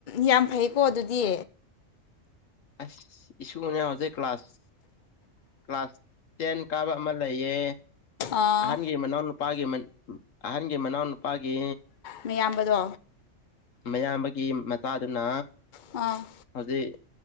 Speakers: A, on the left (about 40°); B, on the left (about 75°).
A: ꯌꯥꯝ ꯐꯩꯀꯣ ꯑꯗꯨꯗꯤ
B: ꯑꯁ ꯏꯁꯨꯅꯦ ꯍꯧꯖꯤꯛ ꯀ꯭ꯂꯥꯁ ꯀ꯭ꯂꯥꯁ ꯇꯦꯟ ꯀꯥꯕ ꯑꯃ ꯂꯩꯌꯦ
A: ꯑꯥ
B: ꯍꯪꯒꯦ ꯏꯃꯅꯤ ꯅꯅ ꯄꯒꯦ ꯏꯃꯅꯤ ꯑꯍꯟꯒꯤ ꯃꯅꯥꯎꯅꯨꯄꯥꯒꯤ
A: ꯃꯌꯥꯝꯕꯗꯣ
B: ꯃꯌꯥꯝꯕꯒꯤ ꯃꯆꯥꯗꯨꯅ
A: ꯑꯥ
B: ꯍꯧꯖꯤꯛ